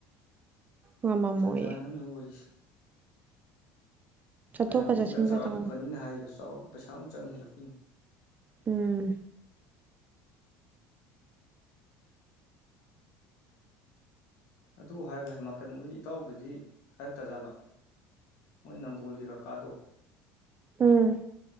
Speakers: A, on the right; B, on the left.
A: ꯉꯝꯃꯝꯃꯣꯏꯌꯦ
B: ꯖꯟꯖꯥꯟ ꯑꯃꯅ‌ꯦ ꯑꯣꯏꯔꯤꯁꯦ
A: ꯆꯠꯊꯣꯛꯀ
B: ꯑꯩꯈꯣꯏꯅꯕꯨꯛ
A: ꯆꯠꯁꯤꯟꯒ
B: ꯈꯤꯇꯪ ꯆꯥꯎꯔꯑꯗꯤ
A: ꯇꯧꯕ
B: ꯐꯅꯤꯅ ꯍꯥꯏꯔꯤꯕ ꯆꯥꯎꯔꯛ ꯄꯁꯥ ꯑꯃꯨꯛ ꯆꯪ ꯍꯦꯜꯂꯛꯇꫭꯏꯅꯤ
A: ꯎꯝ
B: ꯑꯗꯨ ꯍꯥꯏꯔꯒ ꯍꯥꯏꯃ ꯀ ꯍꫭꯏꯗꯤ ꯏꯇꯥꯎꯗꯗꯤ ꯍꯥꯏꯔꯛ ꯇꯥꯖꯥꯠꯂꯣ ꯃꯣꯏ ꯅꯝꯕꯣꯜꯒꯤ ꯀꯀꯥꯗꯣ
A: ꯎꯝ